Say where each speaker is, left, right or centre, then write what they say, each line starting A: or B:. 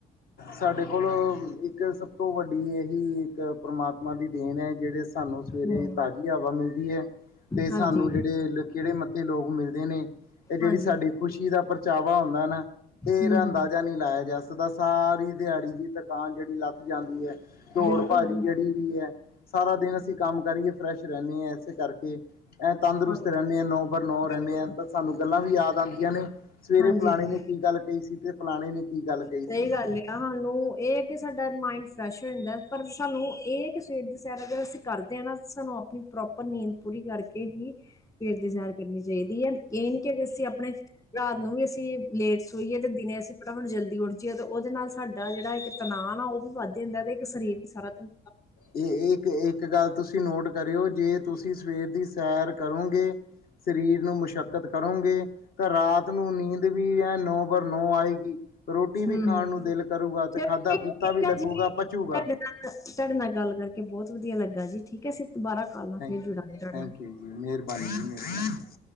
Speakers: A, on the left (about 60°); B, on the left (about 20°).
A: ਸਾਡੇ ਕੋਲ ਇੱਕ ਸਭ ਤੋਂ ਵੱਡੀ ਇਹੀ ਇੱਕ ਪਰਮਾਤਮਾ ਦੀ ਦੇਣ ਹੈ ਜਿਹੜੇ ਸਾਨੂੰ ਸਵੇਰੇ
B: ਹਮ
A: ਤਾਜ਼ੀ ਹਵਾ ਮਿਲਦੀ ਹੈ। ਤੇ
B: ਹਾਂਜੀ,
A: ਸਾਨੂੰ ਜਿਹੜੇ ਕਿਹੜੇ ਲੋਕ ਮਿਲਦੇ ਨੇ। ਇਹ ਜਿਹੜੀ
B: ਹਾਂਜੀ,
A: ਸਾਡੀ ਖੁਸ਼ੀ ਦਾ ਪਰਚਾਵਾ ਹੁੰਦਾ ਨਾ। ਇਹਦਾ
B: ਹੂੰ-ਹੂੰ,
A: ਅੰਦਾਜ਼ਾ ਨਹੀਂ ਲਾਇਆ। ਜਸ ਦਾ ਸਾਰੀ ਦਿਹਾੜੀ ਦੀ ਥਕਾਨ ਜਿਹੜੀ ਲੱਥ ਜਾਂਦੀ ਹੈ। ਦੋੜ
B: ਬਿਲਕੁਲ
A: ਭੱਜ
B: ਜੀ।
A: ਜਿਹੜੀ ਵੀ ਹੈ। ਸਾਰਾ ਦਿਨ ਅਸੀਂ ਕੰਮ ਕਰੀਏ ਫਰੈਸ਼ ਰਹਿੰਦੇ ਹਾਂ ਇਸੇ ਕਰਕੇ। ਐ ਤੰਦਰੁਸਤ
B: ਹਾਂਜੀ,
A: ਰਹਿੰਦੇ ਆ। ਨੌ ਬਰ ਨੋ ਰਹਿੰਦੇ
B: ਬਿਲਕੁਲ,
A: ਆ ਤਾਂ ਸਾਨੂੰ ਗੱਲਾਂ ਵੀ ਯਾਦ ਆਉਂਦੀਆਂ ਨੇ। ਸਵੇਰੇ
B: ਹਾਂਜੀ-ਹਾਂਜੀ।
A: ਫਲਾਣੇ ਨੇ ਕੀ ਗੱਲ ਕਹੀ ਸੀ ਤੇ ਫਲਾਣੇ ਨੇ। ਕੀ ਗੱਲ ਕਹੀ
B: ਸਹੀ
A: ਸੀ
B: ਗੱਲ ਆ ਸਾਨੂੰ ਇਹ ਹੈ ਕਿ ਸਾਡਾ ਮਾਇੰਡ ਫਰੈਸ਼ ਹੋ ਜਾਂਦਾ। ਪਰ ਸਾਨੂੰ ਇਹ ਹੈ ਕਿ ਸਵੇਰ ਦੀ ਸੈਰ ਅਗਰ ਅਸੀਂ ਕਰਦੇ ਹਾਂ ਨਾ ਸਾਨੂੰ ਆਪਣੀ ਪ੍ਰੋਪਰ ਨੀਂਦ ਪੂਰੀ ਕਰਕੇ ਹੀ ਫਿਰ ਦੀ ਸੈਰ ਕਰਨੀ ਚਾਹੀਦੀ ਹੈ। ਇਹ ਨੀ ਕਿ ਅਸੀਂ ਆਪਣੇ ਰਾਤ ਨੂੰ ਵੀ ਅਸੀਂ ਲੇਟ ਸਈਏ ਤੇ ਦਿਨੇ ਅਸੀਂ ਫਟਾਫਟ ਜਲਦੀ ਉੱਠ ਜ ਉਹਦੇ ਨਾਲ ਸਾਡਾ ਜਿਹੜਾ ਇੱਕ ਤਣਾਨ ਆ ਉਹ ਵੀ ਵੱਧਦੇ ਹੁੰਦਾ ਤੇ ਇੱਕ ਸਰੀਰ ਵੀ ਸਾਰਾ ਧੰ
A: ਇਹ ਇੱਕ, ਇੱਕ ਗੱਲ ਤੁਸੀਂ ਨੋਟ ਕਰਿਓ ਜੇ ਤੁਸੀਂ ਸਵੇਰ ਦੀ ਸੈਰ ਕਰੋਗੇ। ਸਰੀਰ ਨੂੰ ਮੁਸ਼ੱਕਤ ਕਰੋਂਗੇ। ਤਾਂ ਰਾਤ ਨੂੰ ਨੀਂਦ ਵੀ ਐ ਨੌ ਬਾਰ ਨੌ ਆਏਗੀ। ਰੋਟੀ ਵੀ
B: ਹੂੰ-ਹੂੰ।
A: ਖਾਣ ਨੂੰ ਦਿਲ ਕਰੂਗਾ ਤੇ
B: ਚਲੋ
A: ਖਾਧਾ-
B: ਠੀਕ
A: ਪੀਤਾ ਵੀ ਲੱਗੂਗਾ,
B: ਆ ਜੀ। ਤੁਹਾਡੇ
A: ਪਚੂਗਾ।
B: ਤੁਹਾਡੇ ਨਾਲ ਗੱਲ ਕਰਕੇ ਬਹੁਤ ਵਧੀਆ ਲੱਗਾ ਜੀ ਠੀਕ ਹੈ ਸਿਰ ਦੁਾਰਾ ਕਾਲ ਨਾਲ
A: ਥੈਂਕ
B: ਫੇਰ ਜੁੜਾਂਗੇ
A: ਯੂ
B: ਤੁਹਾਡੇ
A: ਥੈਂਕ
B: ਨਾਲ।
A: ਯੂ ਮਿਹਰਬਾਨੀ ਜੀ ਮੇਹਾਨੀ।